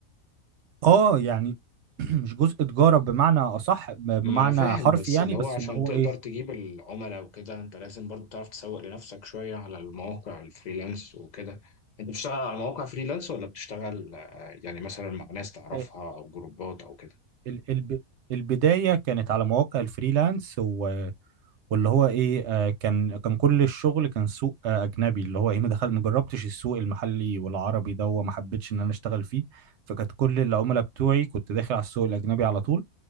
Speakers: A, on the right; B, on the left.
A: اه يعني <clears throat> مش جزء تجارة بمعنى أصح ب- بمعنى
B: ما أنا فاهم
A: حرفي
B: بس
A: يعني
B: اللي هو
A: بس
B: عشان
A: اللي هو
B: تقدر
A: إيه
B: تجيب العملاء وكده أنت لازم برضو تعرف تسوق لنفسك شوية على المواقع الفريلانس وكده أنت بتشتغل على مواقع فريلانس ولا بتشتغل آه، يعني مثلا مع ناس تعرفها
A: آه،
B: أو جروبات أو كده
A: ال- الب- البداية كانت على مواقع الفريلانس واللي هو ايه آه كان كان كل الشغل كان سوق آه اجنبي اللي هو ايه ما دخل ما جربتش السوق المحلي والعربي ده وما حبيتش ان انا اشتغل فيه فكانت كل العملاء بتوعي كنت داخل على السوق الاجنبي على طول